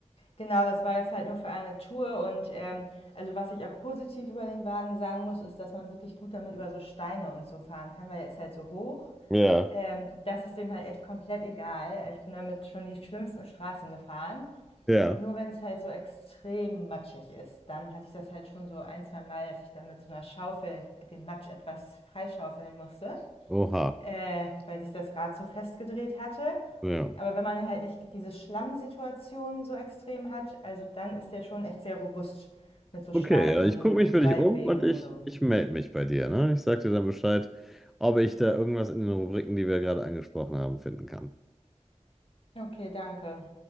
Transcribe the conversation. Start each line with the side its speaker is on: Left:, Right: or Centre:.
Left: Genau, das war jetzt halt nur für eine Tour und ähm, also was ich auch positiv über den Wagen sagen muss, ist, dass man wirklich gut damit über so Steine und so fahren kann, weil er ist halt so hoch.
Centre: Ja.
Left: Ähm, das ist dem halt echt komplett egal. Ich bin damit schon die schlimmsten Straßen gefahren.
Centre: Ja.
Left: Nur wenn es halt so extrem matschig ist, dann hatte ich das halt schon so ein, zwei Mal, dass ich damit mit so einer Schaufel den Matsch etwas freischaufeln musste
Centre: Oha,
Left: äh, weil sich das Rad so festgedreht hatte.
Centre: ja.
Left: Aber wenn man halt nicht diese Schlammsituation so extrem hat, also dann ist der schon echt sehr robust mit so Steinen
Centre: Okay, ja, ich gucke
Left: und
Centre: mich für dich
Left: Waldwegen
Centre: um und ich,
Left: und so.
Centre: ich melde mich bei dir, ne? Ich sag dir dann Bescheid, ob ich da irgendwas in den Rubriken, die wir gerade angesprochen haben, finden kann.
Left: Okay, danke.